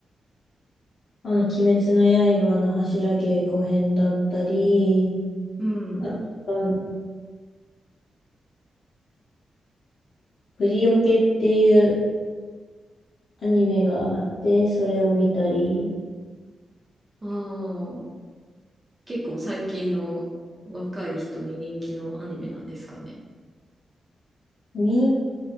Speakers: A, on the left; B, on the right.
A: あの、鬼滅の刃の柱稽古編だったり、
B: うん。
A: あとは、プリオケっていうアニメがあって、それを見たり、
B: ああ、結構最近の若い人に人気のアニメなんですかね。
A: 人